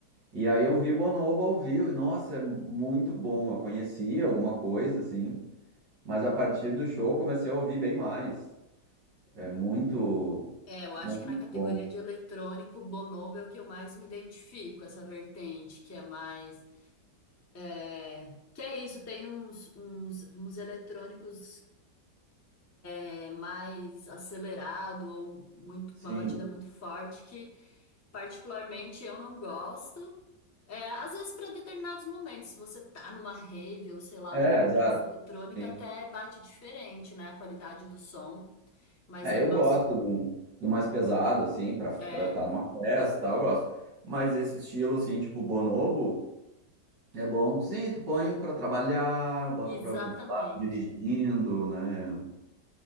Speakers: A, on the right (about 75°); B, on the left (about 20°).
A: E aí eu vi Bonobo ao vivo, e nossa, é muito bom. Eu conhecia alguma coisa, assim, mas a partir do show eu comecei a ouvir bem mais. É muito,
B: é, eu acho
A: muito
B: que na categoria
A: bom.
B: de eletrônico, Bonobo é o que eu mais me identifico, essa vertente, que é mais. É, que é isso, tem uns, uns, uns eletrônicos é mais acelerado ou muito
A: Sim.
B: com uma batida muito forte que particularmente eu não gosto. É, às vezes para determinados momentos, se você tá numa rave ou sei lá,
A: É,
B: uma
A: exato.
B: festa eletrônica
A: Sim.
B: até bate diferente, né, a qualidade do som, mas
A: É,
B: eu
A: eu
B: gosto.
A: gosto do, do mais pesado, assim, pra estar
B: É,
A: tá numa festa e tal, eu gosto. Mas esse estilo, assim, tipo bonobo, é bom, sim, tu põe pra trabalhar, bota
B: exatamente.
A: pra, sei lá, dirigindo, né?